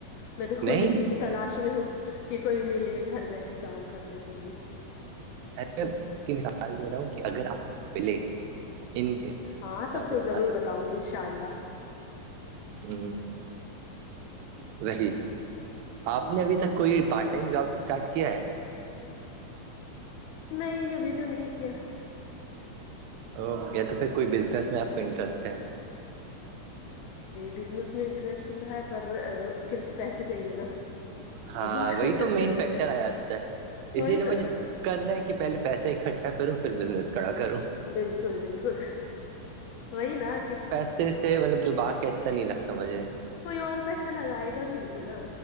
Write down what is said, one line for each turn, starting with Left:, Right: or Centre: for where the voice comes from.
Left: میں تو
Right: نہیں
Left: خود اسی کی تلاش میں ہوں کہ کوئی ملے گھر بیٹھے کام کرنے کے لیے
Right: سے آپ کی مثال دے رہا ہوں کہ اگر آپ ملے ان کے
Left: ہاں تب
Right: آپ
Left: تو
Right: بتا
Left: ضرور
Right: سکتے
Left: بتاؤں گی ان شاء اللہ
Right: ہوں رہی آپ نے ابھی تک کوئی پارٹ ٹائم جاب اسٹارٹ کیا ہے
Left: نہیں ابھی تو نہیں کیا
Right: او یا تو پھر کوئی بزنس میں آپ کو انٹرسٹ ہے
Left: بزنس میں انٹرسٹ تو ہے پر اس کے لیے تو پیسے چاہیے نا
Right: ہاں
Left: وہ کا
Right: وہی تو
Left: مسئلہ
Right: مین فیکٹر آ جاتا ہے
Left: وہی
Right: اسی لیے مجھے
Left: تو
Right: اب کرنا ہے کہ پہلے پیسہ اکٹھا کروں پھر بزنس کھا کروں
Left: بالکل بالکل وہی نا کہ
Right: اس سے مطلب دبا کے اچھا نہیں لگتا مجھے
Left: کوئی اور پیسہ لگائے گا بھی نہیں نا